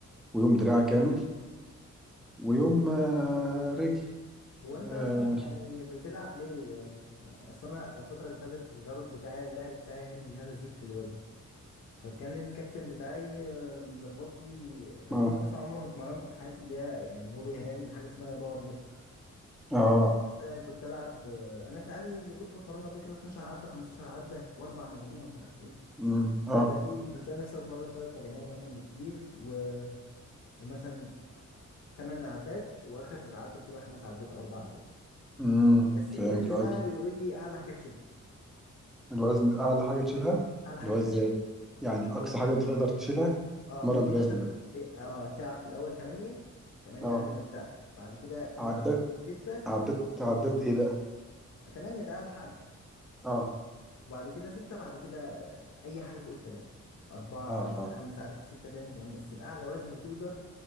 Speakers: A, in the centre; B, on the left.
A: ويوم دراع كامل ويوم آه، رجل
B: هو انت
A: اه
B: اصلا يعني بتلعب ليه يعني اصل انا الفتره اللي فاتت الغرض بتاعي اللعب بتاعي يعني ان انا ازيد في الوزن فكان الكابتن بتاعي آه، بيظبط لي تمرين
A: اه
B: اصلا عمري ما اتمرنته في حياتي اللي هي يعني هو بيهيئني لحاجه اسمها باور ليفتر
A: اه
B: مثلا كنت العب آه، انا في العادي اللي كنت بتمرنه قبل كده 12 عده 15 عده واربع مجاميع ومش عارف ايه
A: مم، اه
B: ده بي بتلاقي نفسي بتمرن ثلاث مجاميع مثلا بالكتير و... ومثلا ثمان عدات واخر عده بتبقى خمس عدات او اربع عدات
A: مم،
B: بس
A: فهمت
B: الوزن
A: قصدك
B: بقى بيقول لي اعلى حاجه تشيلها
A: الوزن اعلى حاجه تشيلها
B: اعلى حاجه
A: اللي
B: تشيلها
A: هو ازاي يعني اقصى
B: هو
A: حاجه انت تقدر تشيلها
B: اه
A: تتمرن
B: بيقول لي
A: بالوزن
B: مثلا
A: ده
B: إيه- اه تلعب في الاول 8 8
A: اه
B: عادي مرتاح بعد كده تلعب
A: عدات
B: 6
A: عدات عدات ايه بقى
B: 8 ده اعلى حاجه
A: اه
B: وبعد كده 6 بعد كده آه، اي حاجه فوق الثلاثه 4
A: اه
B: عرفت
A: اه
B: 5 عرفت 6 تاني تمام بس باعلى وزن تقدر